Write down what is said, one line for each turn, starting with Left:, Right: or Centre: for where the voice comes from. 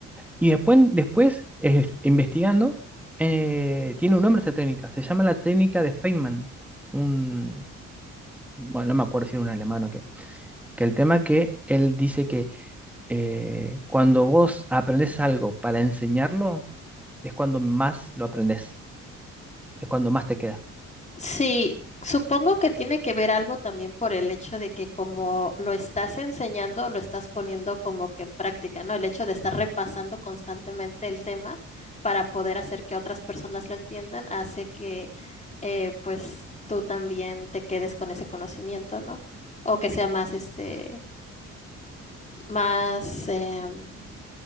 Centre: Y después, después eh, investigando, eh, tiene un nombre esa técnica, se llama la técnica de Feynman. Un, bueno, no me acuerdo si era un alemán o qué Que el tema que él dice que eh, cuando vos aprendes algo para enseñarlo, es cuando más lo aprendes, es cuando más te queda.
Left: Sí, supongo que tiene que ver algo también por el hecho de que como lo estás enseñando, lo estás poniendo como que en práctica, ¿no? El hecho de estar repasando constantemente el tema para poder hacer que otras personas lo entiendan hace que eh, pues tú también te quedes con ese conocimiento, ¿no? O que sea más, este, más, em,